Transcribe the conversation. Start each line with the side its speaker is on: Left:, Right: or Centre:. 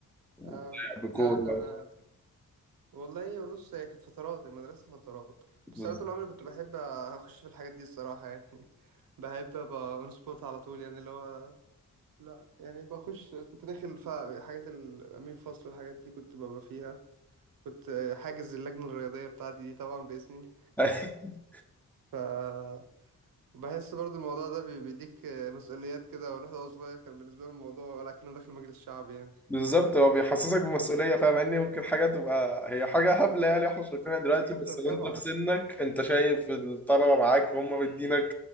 Centre: ولعب
Right: آه
Centre: كورة
Right: لا انا والله بص هي كانت فترات المدرسه فترات
Centre: بالظبط
Right: بس انا طول عمري كنت بحب اخش في الحاجات دي الصراحه يعني <laughs> بحب ابقى اون سبوت على طول يعني اللي هو لا يعني بخش كنت داخل في حاجات الامين فصل والحاجات دي كنت ببقى فيها كنت آه، حاجز اللجنه الرياضيه بتاعتي دي طبعا باسمي
Centre: <laughs>
Right: ف بحس برضو الموضوع ده بي- بيديك آه، مسؤوليات كده والواحد وهو صغير كان بالنسبه له الموضوع ولكنه داخل مجلس شعبي يعني
Centre: بالظبط، هو بيحسسك بمسؤولية فاهم إن ممكن حاجة تبقى هي حاجة هبلة يعني احنا شايفينها دلوقتي
Right: جدا
Centre: بس اللي
Right: طبعا
Centre: انت في سنك انت شايف الطلبة معاك وهم مدينك